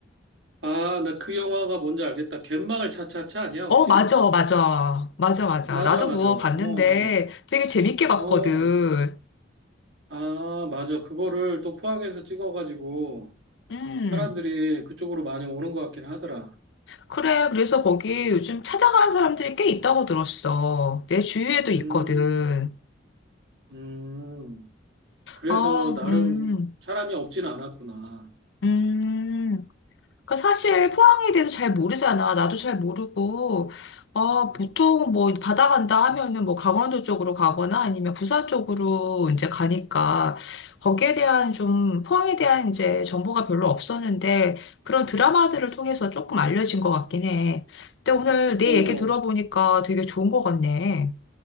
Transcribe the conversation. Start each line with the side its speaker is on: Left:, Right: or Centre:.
Right: 아, 나 그 영화가 뭔지 알겠다. 갯마을 차차차 아니야, 혹시?
Left: 어, 맞아, 맞아. 맞아, 맞아.
Right: 맞아,
Left: 나도
Right: 맞아.
Left: 그거
Right: 어.
Left: 봤는데
Right: 어.
Left: 되게 재밌게 봤거든.
Right: 어, 아, 맞아. 그거를 또 포항에서 찍어가지고
Left: 음.
Right: 사람들이 그쪽으로 많이 오는 것 같긴 하더라.
Left: 그래, 그래서 거기 요즘 찾아가는 사람들이 꽤 있다고 들었어. 내 주위에도
Right: 음,
Left: 있거든.
Right: 음. 그래서
Left: 어,
Right: 나름
Left: 음,
Right: 사람이 없진 않았구나.
Left: 음. 그러니까 사실 포항에 대해서 잘 모르잖아. 나도 잘 모르고, 어,
Right: 음.
Left: 보통 뭐 바다 간다 하면은 뭐 강원도 쪽으로 가거나 아니면 부산 쪽으로 이제 가니까 거기에 대한 좀 포항에 대한 이제 정보가 별로 없었는데 그런 드라마들을 통해서 조금 알려진 것 같긴 해. 근데 오늘 네
Right: 어,
Left: 얘기 들어보니까 되게 좋은 것 같네.